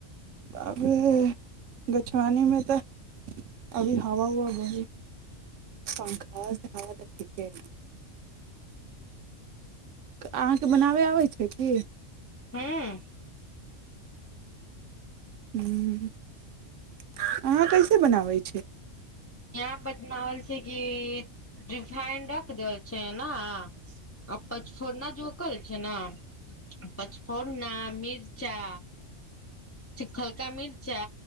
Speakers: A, on the right (about 75°); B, on the left (about 25°).
A: बापरे गछआनीमे तऽ अभी हवा उवा बहे पंखा के हवा ते ठीके है अहाँके बनाबे आबै छैय की।
B: हूँ।
A: हूँ अहाँ कैसे बनाबै छीय।
B: अहाँ बतनावल छैय कि रिफाइन रख देल छैय ना। अब पछफोरना जो कहल छैय ने पचफोरना मिर्चा हलका मिर्चा